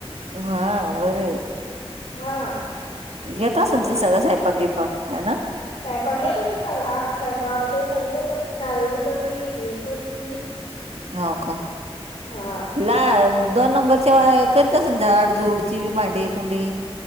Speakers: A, on the right; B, on the left.
A: हा, बरंय,
B: हां,
A: येेत असूनतील सगळं साहेपाकि बिपाक,,, आहे ना.
B: सावयपाक येतो तीला सगळा,, हा स्वयपाक ते सगळ येत,, शाळेरी करती, हे करती,,
A: हो का?
B: हा
A: ला दोन नंबरच्या करीत असल ना झाड झूडची,,, भांडे, कुंडे